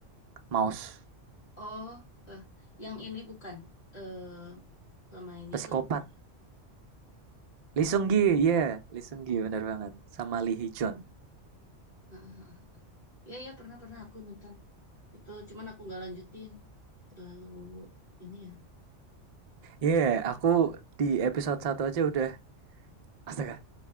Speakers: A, on the right; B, on the left.
A: Mouse.
B: oh eh yang ini bukan eh pemainnya
A: Psikopat.
B: tuh
A: Lee Seung Gi, iya, Lee Seung Gi benar banget. Sama Lee Hee Jun.
B: Heeh. ya ya pernah pernah aku nonton itu cuman aku nggak lanjutin terlalu ini ya
A: Iya, aku di episode satu aja udah astaga,